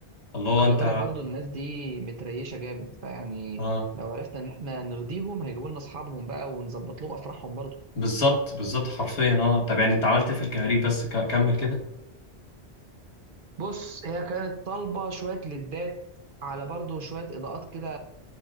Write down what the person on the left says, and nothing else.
الله
انت
اه
بالظبط بالظبط حرفيا اه طب يعني انت عملت إيه في الكهريب بس ك... كمل كده